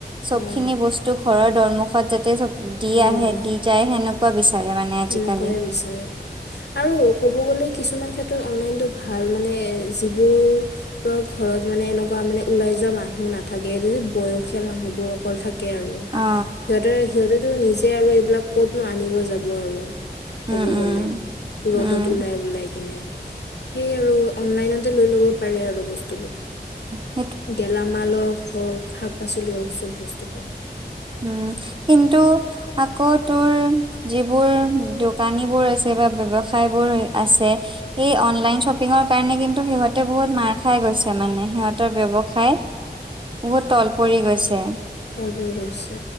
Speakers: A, on the right (about 30°); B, on the left (about 80°).
A: চব
B: অঁ
A: খিনি বস্তু ঘৰৰ দুৱামুখত যাতে থা দি
B: অঁ
A: আহে দি যায় সেনেকুৱা বিচাৰে। মানে
B: সেনেকুৱাই
A: আজিকালি
B: বিচাৰে। আৰু ক'ব গ'লে কিছুমান ক্ষেত্ৰত অনলাইনটো ভাল মানে যিবোৰ ন ঘৰত মানে এনেকুৱা মানে ওলাই যোৱা মানুহ নাথাকে এইটো যে, বয়সীয়াল মানুহ বোৰ অকল থাকে আৰু।
A: অ
B: সিহঁতে সিহঁতেতো নিজে আৰু এইবিলাক কত নো আনিব যাব আৰু।
A: উম
B: ক'ব গ'লে
A: উম
B: ৰ'দত
A: উম
B: ওলাই ওলাই কিনে। সেই আৰু অনলাইনতে লৈ ল'ব পাৰে আৰু বস্তু
A: অঁ।
B: গেলামালক হওক শাক পাচলি হওক চব বস্তু পায়।
A: উম, কিন্তু আকৌ তোৰ যিবোৰ দোকানী বোৰ আছে বা ব্যৱসায় বোৰ আছে এই অনলাইন শ্ব পিং কাৰণে কিন্তু সিহঁতে বহুত মাৰ খাই গৈছে মানে সিহঁতৰ ব্যৱসায়। বহুত তল পৰি গৈছে।
B: খাই বৈ গৈছে।